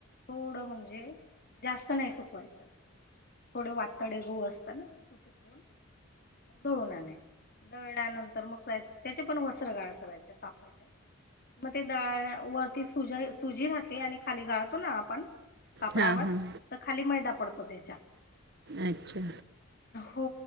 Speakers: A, on the left; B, on the right.
A: थोडं म्हणजे जास्त नाय सुकवायचं. थोडे वातडे गहू असत ना तस सुकवून मग दळून आणायच दळल्यानंतर मग त्याचे पण वस्त स्त्र गाळ करायच कापडने म ते दळ वरती सुजा सुजी राहते आणि खाली गाळतो ना आपण कापडावर
B: हां हां
A: त खाली मैदा पडतो त्याच्या
B: अच्छा
A: हो